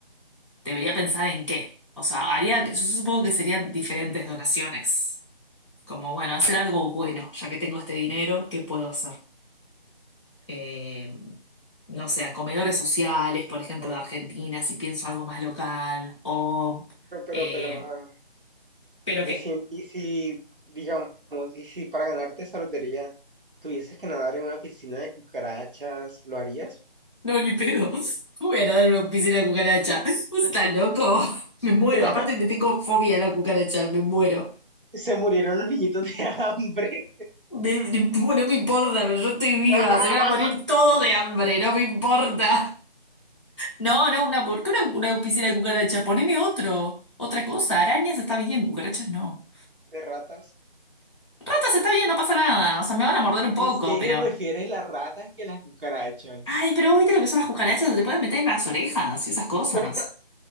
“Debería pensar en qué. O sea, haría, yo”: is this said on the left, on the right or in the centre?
Left